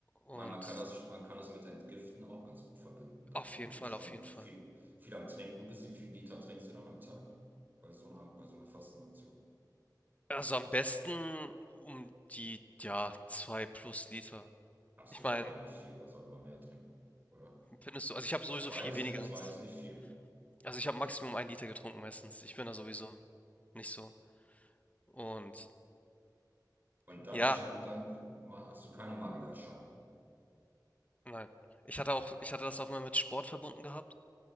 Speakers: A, on the left; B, on the right.
A: Und
B: Man, man kann das, man kann das mit Entgiften auch ganz gut verbinden, dann,
A: auf
B: wenn
A: jeden
B: du eh
A: Fall,
B: schon
A: auf jeden
B: viel,
A: Fall.
B: viel am Trinken bist. Wie viel Liter trinkst du dann am Tag bei so einer, bei so einer Fastenaktion?
A: Also am besten um die, ja, 2 plus Liter.
B: Hast
A: Ich
B: du, das
A: meine,
B: war nicht viel, da sollte man mehr trinken, oder?
A: findest du, also
B: Z-
A: ich habe sowieso
B: Zwei
A: viel
B: ist
A: weniger
B: nicht, zwei
A: als.
B: ist nicht viel.
A: Also, ich habe Maximum ein Liter getrunken meistens. Ich bin da sowieso nicht so. Und
B: Und dann,
A: ja,
B: sch- und dann ma- hast du keine Mangelerscheinung.
A: nein. Ich hatte auch, ich hatte das auch mal mit Sport verbunden gehabt,